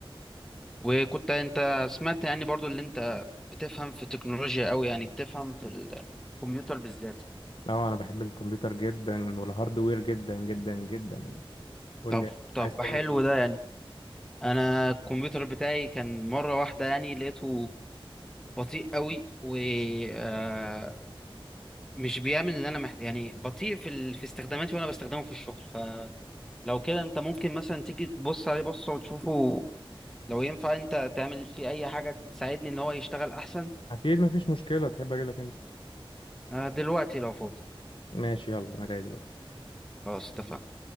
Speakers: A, in the centre; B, on the left.
A: وكنت أنت سمعت يعني برضو اللي أنت بتفهم في التكنولوجيا أوي يعني بتفهم في الكمبيوتر بالذات
B: لا انا بحب الكمبيوتر جدا والهاردوير جدا جدا جدا يعني قول
A: طب
B: لي
A: طب
B: عايز تعمل
A: حلو
B: ايه
A: ده يعني أنا الكمبيوتر بتاعي كان مرة واحدة يعني لقيته بطيء قوي ومش بيعمل اللي انا محتاج يعني بطيء في ال... في استخداماتي وانا بستخدمه في الشغل فلو كده انت ممكن مثلا تيجي تبص عليه بصه وتشوفه لو ينفع انت تعمل فيه اي حاجة تساعدني ان هو يشتغل احسن
B: اكيد مفيش مشكلة تحب اجي لك امتى
A: آه، دلوقتي لو فاضي
B: ماشي يلا انا جاي دلوقتي
A: خلاص اتفقنا